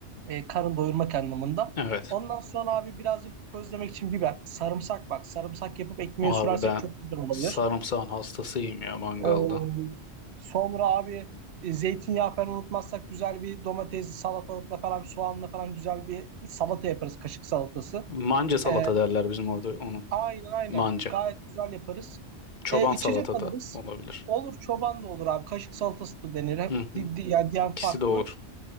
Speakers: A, on the right; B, on the left.
A: E, karın doyurmak anlamında.
B: Evet.
A: Ondan sonra abi birazcık közlemek için biber, sarımsak bak. Sarımsak yapıp ekmeğe
B: Abi
A: sürersek
B: ben
A: çok güzel olabilir.
B: sarımsağın hastasıyım ya mangalda.
A: Ee, sonra abi e, zeytinyağı falan unutmazsak güzel bir domates salatalıkla falan soğanla falan güzel bir salata yaparız kaşık salatası.
B: Manca salata
A: Ee,
B: derler bizim orada onun.
A: aynen aynen
B: Manca.
A: gayet güzel yaparız.
B: Çoban
A: Ee, içecek
B: salata
A: alırız.
B: da olabilir.
A: Olur çoban da olur abi kaşık salatası da denir. Hep,
B: Hı hı.
A: di, di- yani diyen
B: İkisi
A: farklı.
B: de olur.